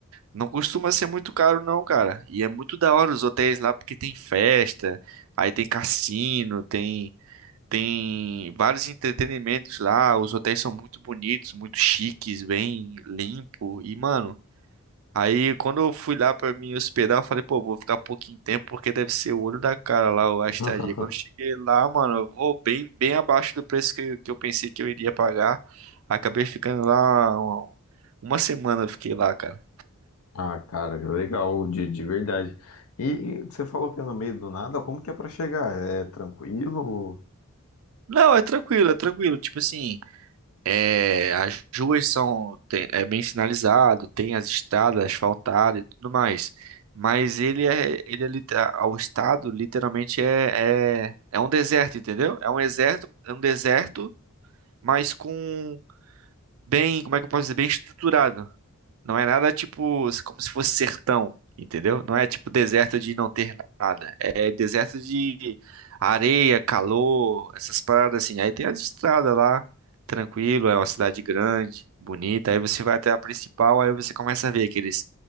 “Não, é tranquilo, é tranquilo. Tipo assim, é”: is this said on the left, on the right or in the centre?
Right